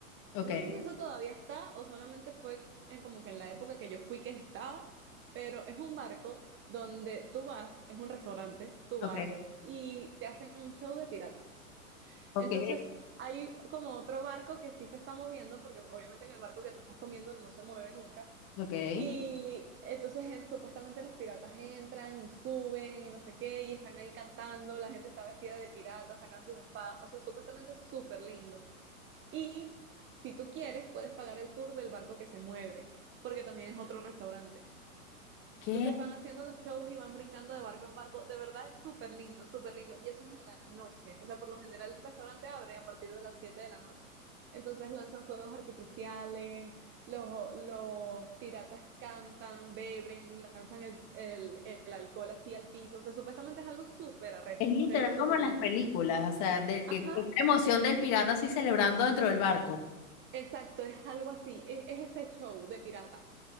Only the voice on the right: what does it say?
No sé si eso todavía está o solamente fue en, como que en la época que yo fui que estaba, pero es un barco donde tú vas, es un restaurante, tú
vas y te hacen un show de piratas.
Entonces, hay como otro barco que sí se está moviendo, porque obviamente en el barco que tú estás comiendo no se mueve nunca
y entonces en- supuestamente los piratas entran y suben y no sé qué, y están ahí cantando, la gente está vestida de pirata, sacan sus espadas, o sea, supuestamente es súper lindo. Y si tú quieres, puedes pagar el tour del barco que se mueve, porque también es otro restaurante.
Entonces van haciendo los shows y van brincando de barco en barco. De verdad es súper lindo, súper lindo. Y eso es en la noche. O sea, por lo general el restaurante abre a partir de las 7 de la noche. Entonces lanzan fuegos artificiales, los, los piratas cantan, beben, lanzan el, el- el alcohol así al piso. O sea, supuestamente es algo súper arrecho.
O sea, es súper
lindo.
Ajá,
exacto, es algo así. Es, es ese show de pirata.